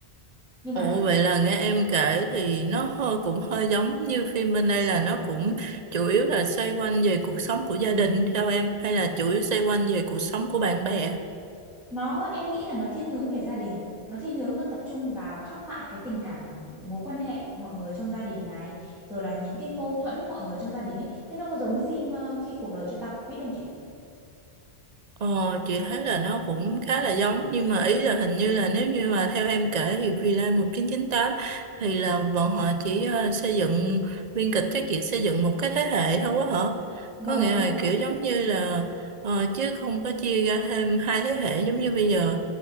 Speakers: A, in the centre; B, on the right.
A: nhưng
B: Ồ
A: mà thực
B: vậy là nghe em kể thì nó hơi cũng hơi giống như phim bên đây là nó cũng chủ yếu là xoay quanh về cuộc sống của gia đình theo em hay là chủ yếu xoay quanh về cuộc sống của bạn bè?
A: nó em nghĩ là nó thiên hướng về gia đình nó thiên hướng nó tập trung vào khắc họa cái tình cảm mối quan hệ mọi người trong gia đình này rồi là những cái mâu thuẫn mọi người trong gia đình ấy thế nó có giống phim ờ, khi cuộc đời cho ta quả quýt không chị
B: Ờ, chị thấy là nó cũng khá là giống nhưng mà ý là hình như là nếu như mà theo em kể thì Villa 1998 thì là bọn họ chỉ ờ, xây dựng biên kịch chắc chỉ xây dựng một cái thế hệ thôi quá hả?
A: Vâng
B: Có nghĩa
A: đúng
B: là
A: rồi.
B: kiểu giống như là ờ, chứ không có chia ra thêm hai thế hệ giống như bây giờ